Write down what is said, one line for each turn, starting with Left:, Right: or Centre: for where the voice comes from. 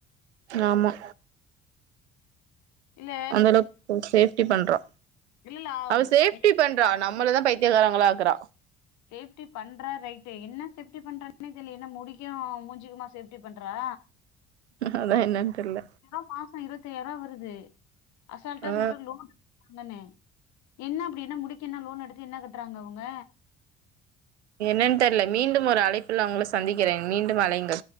Right: ஆமா
Left: இல்ல
Right: அந்த அளவுக் அவ சேப்டி பண்ற
Left: இல்ல
Right: அவ சேப்டி
Left: சேஃப்டி
Right: பண்றா
Left: பண்ற
Right: நம்மளதா பை பைத்திக்காரங்களா ஆக்கற
Left: சேப்டி பண்றா ரைட்டு என்ன சேப்டி பண்றனே தெர்லையே என்ன முடிக்கு மூஞ்சுக்குமா சேஃப்டி பண்றா
Right: அதா என்னன்னு தெர்ல
Left: வெறு மாசே இருபத்தி ஐயாயிரா ரூபா வருது அசால்டா
Right: ஆ
Left: சொல்ற லோன்னு பண்ணுன என்ன அப்பிடி என்னா முடிக்க என்ன லோன் எடுக்க என்ன கட்டுறாங்க அவுங்க
Right: என்னன்னு தெர்ல மீண்டும் ஒரு அழைப்புல உங்க சந்திக்கிறேன் மீண்டும் அழைங்க